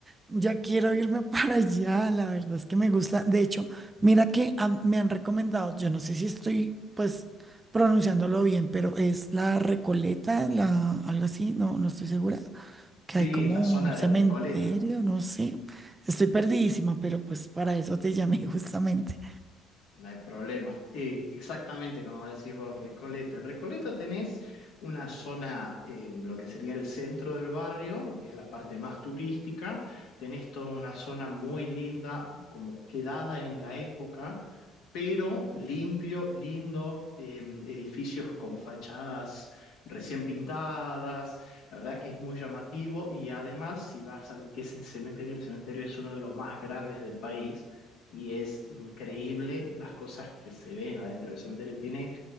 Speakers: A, on the right (about 25°); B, on the left (about 75°).
A: ya quiero irme <laughs> para allá. La verdad es que me gusta. De hecho, mira que han- me han recomendado, yo no sé si estoy pues pronunciándolo bien, pero es la Recoleta, la, algo así, no, no estoy segura. Que
B: Sí,
A: hay como
B: la zona
A: un cementerio,
B: de Recoleta.
A: no sé. Estoy perdidísima, pero pues para eso te llamé <laughs> justamente.
B: No hay problema. Eh, exactamente como decís vos, Recoleta. En Recoleta tenés una zona, eh, lo que sería el centro del barrio, que es la parte más turística. Tenés toda una zona muy linda, como quedada en la época, pero limpio, lindo, eh, edificios con fachadas recién pintadas. La verdad que es muy llamativo y además, si vas a lo que es el cementerio, el cementerio es uno de los más grandes del país y es increíble las cosas que se ven adentro del cementerio. Tiene